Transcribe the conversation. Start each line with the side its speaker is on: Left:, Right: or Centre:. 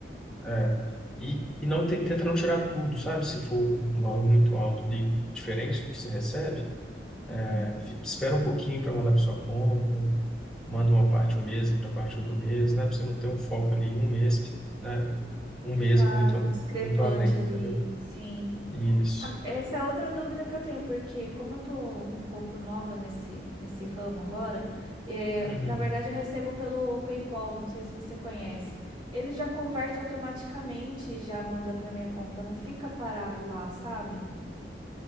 Centre: É. E, e não te, tenta não tirar tudo, sabe? Se for um valor muito alto ali, diferente do que você recebe,
Right: Hum,
Centre: é, fi- espera um pouquinho para mandar para sua conta, manda uma parte um mês, outra parte outro mês, né? Para você não ter um foco ali em um mês, né? Um
Right: ficar
Centre: mês muito,
Right: discrepante
Centre: muito além, entendeu?
Right: ali. Sim.
Centre: Isso.
Right: Ah, Essa é outra dúvida que eu tenho, porque como eu tô um pouco nova nesse, nesse ramo agora, é,
Centre: Uhum.
Right: na verdade eu recebo pelo PayPal, não sei se você conhece. Ele já converte automaticamente e já manda para minha conta, não fica parado lá, sabe?